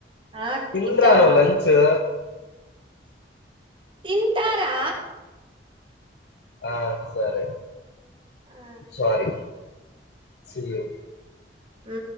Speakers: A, on the right; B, on the left.
A: ఆ
B: తిన్
A: తింటా
B: రా నువ్ లంచు
A: తింటా రా
B: ఆ సరే
A: ఆ
B: సారీ సీ యూ
A: ఊ